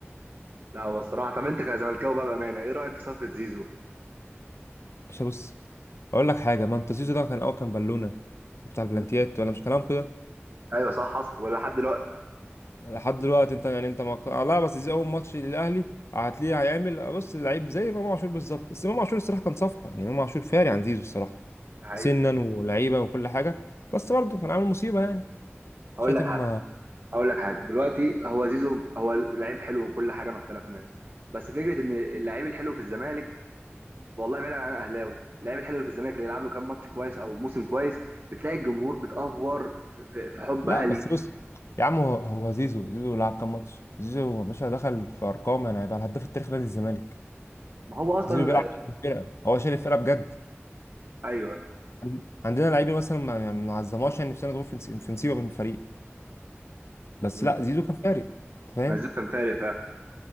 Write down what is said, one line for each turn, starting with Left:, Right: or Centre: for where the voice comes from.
Right: لا هو الصراحه طب انت كزملكاوي بقى بامانه ايه رايك في صفقه زيزو؟
Left: مش بص اقول لك حاجه ما انت زيزو ده كان اول كان بالونه بتاع البلانتيات
Right: مم.
Left: ولا مش كلام كده
Right: ايوه صح حصل ولا لحد دلوقتي
Left: لحد دلوقتي انت يعني انت مق... لا بس زيزو اول ماتش للاهلي هتلاقيه هيعمل آه، بص اللعيب زي امام عاشور بالظبط بس امام عاشور الصراحه كان صفقه يعني امام عاشور فاري عن زيزو الصراحه
Right: ده حقيقة
Left: سنا ولعيبه وكل حاجه بس برضه كان عامل مصيبه يعني
Right: هقول
Left: شاتم
Right: لك حاجه هقول لك حاجه دلوقتي هو زيزو هو لعيب حلو وكل حاجه ما اختلفناش بس فكره ان اللعيب الحلو في الزمالك والله بعيد عن الاهلاوي اللعيب الحلو اللي في الزمالك اللي يلعب له كام ماتش كويس او موسم كويس بتلاقي الجمهور بتأفور في, في في حبها
Left: لا بس
Right: ليه
Left: بص يا عم هو هو زيزو زيزو لعب كام ماتش زيزو يا باشا دخل في ارقام يعني هيبقى الهداف التاريخي نادي الزمالك
Right: ما هو اصلا
Left: زيزو بيلعب في الفرقه هو شايل الفرقه بجد
Right: ايوه
Left: عن- عندنا لعيبه مثلا ما ما عظمهاش يعني في سنه دول في نص- في نصيبه من الفريق بس
Right: مم.
Left: لا زيزو كان فارق انت فاهم
Right: مازو كان فارق فعلا